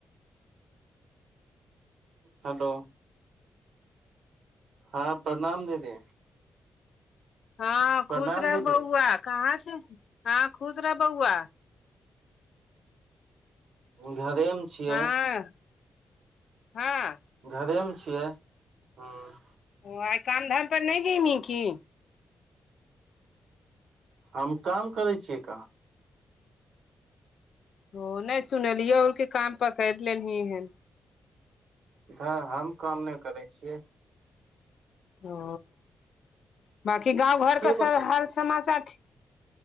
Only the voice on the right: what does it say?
हेलो हँ प्रणाम दीदी
प्रणाम
दीदी
घरे मे छियै
घरेमे छियै हँ
हम काम करै छियै कहाँ
तऽ हम काम नहि करै छियै
के
बतेल